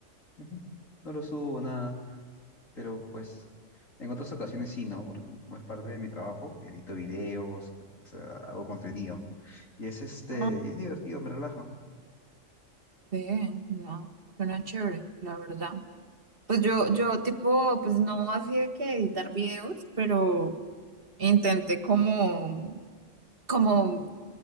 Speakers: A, on the left (about 85°); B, on the right (about 45°).
A: Ujú. No lo subo, nada, pero pues en otras ocasiones sí, ¿no? Porque como es parte de mi trabajo, edito videos, o sea, hago contenido y es este,
B: ah,
A: y es divertido, me relaja.
B: ve, no, suena chévere, la verdad. Pues yo, yo tipo, pues no hacía que editar videos, pero intenté como como